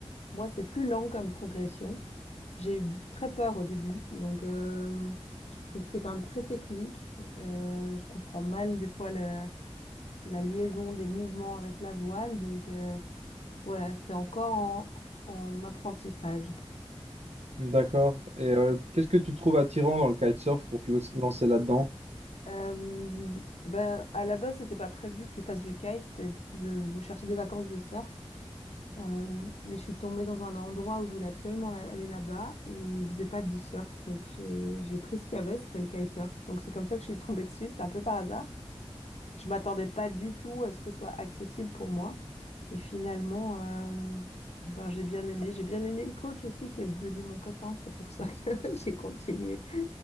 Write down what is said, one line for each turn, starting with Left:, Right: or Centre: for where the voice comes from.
Left: moi c'est plus lent comme progression. J'ai eu très peur au début donc euh, je trouve que c'est quand même très technique. Euh, je comprends mal des fois le la liaison des mouvements avec la voile. Donc euh, voilà, c'est encore en, en apprentissage.
Right: D'accord. Et euh, qu'est-ce que tu trouves attirant dans le kitesurf pour te lo- lancer là-dedans?
Left: Euh, ben, à la base, c'était pas prévu que je fasse du kite, c'était, je, je cherchais des vacances de surf. Euh, mais je suis tombée dans un endroit où je voulais absolument la- aller là-bas et il faisait pas de surf. Donc j'ai j'ai pris ce qu'il y avait, c'était le kitesurf. Donc c'est comme ça que je suis tombée dessus, c'était un peu par hasard. Je m'attendais pas du tout à ce que ce soit accessible pour moi. Et finalement, euh, ben, j'ai bien aimé. J'ai bien aimé le coach aussi qui est devenu mon copain. C'est pour ça que <laughs> j'ai continué.